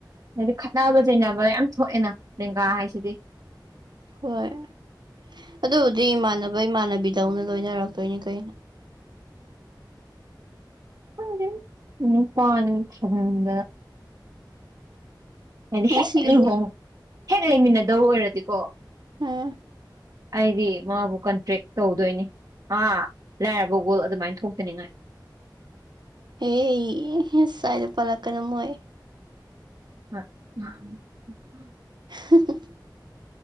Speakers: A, on the right (about 50°); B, on the right (about 65°).
A: ꯍꯥꯏꯗꯤ ꯈꯠꯅꯕ ꯆꯩꯅꯕ ꯌꯥꯝ ꯊꯣꯛꯑꯦꯅ ꯂꯦꯡꯒꯥ ꯍꯥꯏꯁꯤꯗꯤ
B: ꯍꯣꯏ ꯑꯗꯨꯕꯨꯗꯤ ꯏꯃꯥꯟꯅꯕ ꯏꯃꯥꯟꯅꯕꯤꯗꯧꯅ ꯂꯣꯏꯅꯔꯛꯇꯣꯏꯅꯤ ꯀꯩꯅꯣ
A: ꯎꯝꯈꯪꯗꯦꯗ ꯅꯨꯄꯥꯅꯤꯅ ꯊꯖꯟꯅꯤꯡꯕꯅ ꯍꯥꯏꯗꯤ
B: ꯉꯁꯤꯒꯤꯗꯤ
A: ꯍꯦꯛ ꯂꯨꯍꯣꯡ ꯍꯦꯛ ꯂꯩꯃꯤꯟꯅꯗꯧ ꯑꯣꯏꯔꯗꯤꯀꯣ
B: ꯎꯝ
A: ꯑꯩꯗꯤ ꯃꯥꯕꯨ ꯀꯟꯇ꯭ꯔꯦꯛ ꯇꯧꯗꯣꯏꯅꯤ ꯑꯥ ꯂꯥꯏꯔꯕ ꯋꯥꯜ ꯑꯗꯨꯃꯥꯏꯅ ꯊꯣꯛꯇꯅꯤꯡꯉꯥꯏ
B: ꯑꯦ ꯏꯁ ꯁꯥꯏꯗ ꯄꯥꯜꯂꯛꯀꯅꯨ ꯃꯣꯏ
A: <unintelligible>
B: <unintelligible>